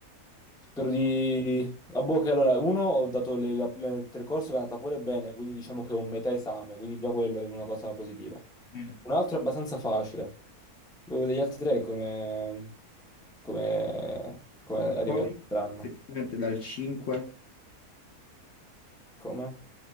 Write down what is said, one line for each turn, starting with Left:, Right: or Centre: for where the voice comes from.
Centre: Spero di... A bocca, allora, uno, ho dato le- la- la- il percorso che è andata pure bene, quindi diciamo che ho un metà esame, quindi già quello è una cosa positiva.
Left: Eh, no.
Centre: Un altro è abbastanza facile. Dove degli altri tre come... come... come
Left: E
Centre: arriveranno?
Left: poi, effettivamente, dal 5.
Centre: Come?